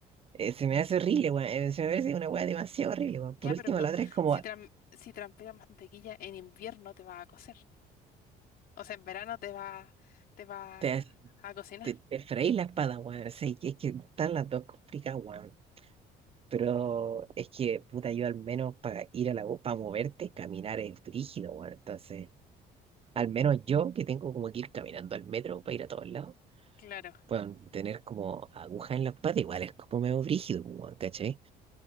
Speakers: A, on the right; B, on the left.
A: eh, se me hace horrible, weón. eh, se me parece una weá demasiado horrible, weón. Por
B: Ya,
A: último,
B: pero co-
A: la otra es como,
B: si, tran- si transpiras mantequilla en invierno te va a cocer. O sea, en verano te va, te va
A: te,
B: a cocinar,
A: te, te freís la espada, weón. O sea, es que es que están las dos complicadas, weón. Pero es que, puta, yo al menos para ir a la U, para moverte, caminar es brígido, weón. Entonces, al menos yo que tengo como que ir caminando al metro para ir a todos lados.
B: claro.
A: Bueno, tener como agujas en la espalda igual es como medio brígido, pues, weón, ¿cachai?